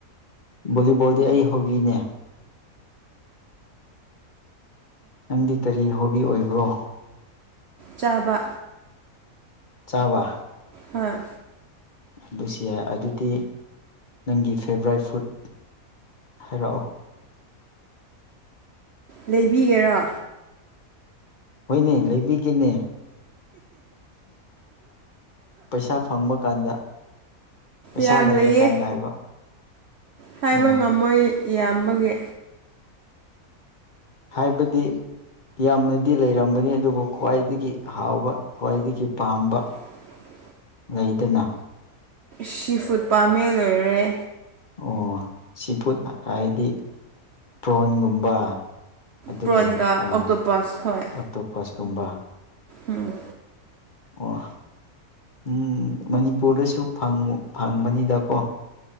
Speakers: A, on the left; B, on the right.
A: ꯚꯣꯂꯤꯕꯣꯜꯗꯤ ꯑꯩ ꯍꯣꯕꯤꯅꯦ ꯅꯪꯗꯤ ꯀꯔꯤ ꯍꯣꯕꯤ ꯑꯣꯏꯕ꯭ꯔꯣ
B: ꯆꯥꯕ
A: ꯆꯥꯕ
B: ꯍꯥꯥ
A: ꯑꯗꯨꯁꯨ ꯌꯥꯏ ꯑꯗꯨꯗꯤ ꯅꯪꯒꯤ ꯐꯦꯚꯣꯔꯥꯏꯠ ꯐꯨꯗ ꯍꯥꯏꯔꯛꯑꯣ
B: ꯂꯩꯕꯤꯒꯦꯔꯥ
A: ꯍꯣꯏꯅꯦ ꯂꯩꯕꯤꯒꯦꯅꯦ ꯄꯩꯁꯥ ꯐꯪꯕ ꯀꯥꯟꯗ ꯄꯩꯁꯥ
B: ꯌꯥꯝ
A: ꯂꯩꯔꯀꯥꯟꯗ
B: ꯂꯩꯌꯦ
A: ꯍꯥꯏꯕ
B: ꯍꯥꯏꯕ
A: ꯑꯣ
B: ꯉꯝꯃꯣꯏ ꯏꯕꯒꯤ
A: ꯍꯥꯏꯕꯗꯤ ꯌꯥꯝꯅꯗꯤ ꯂꯩꯔꯝꯒꯅꯤ ꯑꯗꯨꯕꯨ ꯈ꯭ꯋꯥꯏꯗꯒꯤ ꯍꯥꯎꯕ ꯈ꯭ꯋꯥꯏꯗꯒꯤ ꯄꯥꯝꯕ
B: ꯎ
A: ꯂꯩꯗꯅ
B: ꯁꯤ ꯐꯨꯗ ꯄꯥꯝꯃꯦ ꯂꯣꯏꯔꯦ
A: ꯑꯣ ꯁꯤꯐꯠ ꯍꯥꯏꯗꯤ ꯄ꯭ꯔꯣꯟꯒꯨꯝꯕ ꯑꯗꯨꯒ
B: ꯄ꯭ꯔꯣꯟꯒ
A: ꯑꯣꯛꯇꯣꯄꯁꯀꯨꯝꯕ
B: ꯑꯣꯛꯇꯣꯄꯁ ꯍꯣꯏ ꯎꯝ
A: ꯑꯣ ꯎꯝ ꯃꯅꯤꯄꯨꯔꯗꯁꯨ ꯐꯪꯕꯅꯤꯗꯀꯣ